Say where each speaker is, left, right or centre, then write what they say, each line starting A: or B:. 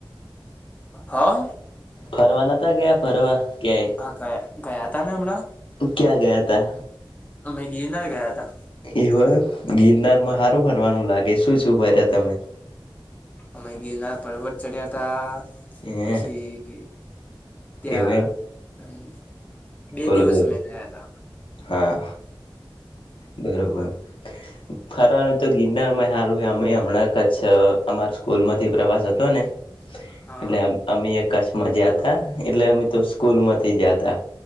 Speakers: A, on the left; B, on the left.
A: હા.
B: ફરવા નતા ગયાં ફરવા, ક્યાંય?
A: હા ગયા-ગયા તા ને હમણાં.
B: ક્યાં ગયા તા?
A: અમે ગિરનાર ગયા હતા
B: એવ ગિરનારમાં સારું ફરવાનું લાગે શું શું ફર તમે?
A: અમે ગિરના પર્વત ચડ્યા તા
B: હે
A: પછી ત્યાં
B: એવું એમ
A: બે
B: બોલો
A: દિવસ
B: બોલો
A: અમે રહ્યા તા.
B: હા, બરોબર. ફરવાનું તો ગિરનારમાં એય હારું હે, અમે હમણાં કચ્છ અમાર સ્કૂલ માંથી પ્રવાસ હતો ને
A: હા
B: એટલે અમ અમેય કચ્સમાં જાતા, એટલે અમે તો સ્કૂલ માંથી જાતા.